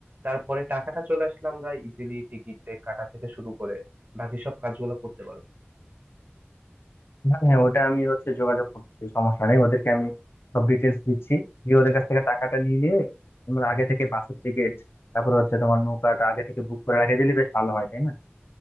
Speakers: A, on the right; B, on the left.
A: তারপরে টাকাটা চলে আসলে আমরা ইজিলি টিকিট কাটা থেকে শুরু করে বাকি সব কাজগুলো করতে পারবো
B: হ্যাঁ হ্যাঁ ওটা আমি হচ্ছে যোগাযোগ করতেছি সমস্যা নেই ওদেরকে আমি সব ডিটেলস দিচ্ছি দিয়ে ওদের কাছ থেকে টাকাটা নিয়ে নিয়ে তোমরা আগে থেকে বাসের টিকিট তারপর হচ্ছে তোমার নৌকাটা আগে থেকে বুক করে রাখে দিলে বেশ ভালো হয় তাই না